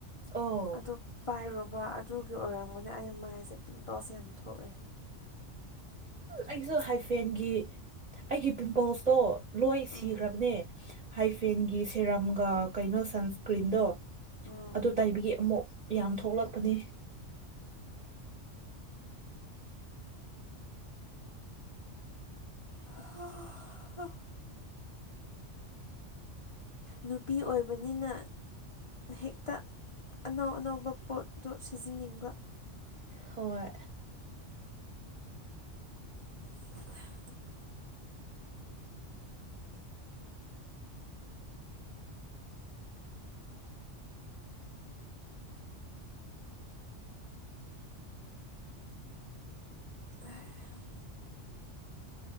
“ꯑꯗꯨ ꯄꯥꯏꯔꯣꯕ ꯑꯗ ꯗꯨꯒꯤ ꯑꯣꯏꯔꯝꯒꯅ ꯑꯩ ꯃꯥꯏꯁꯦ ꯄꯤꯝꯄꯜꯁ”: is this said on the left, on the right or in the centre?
Left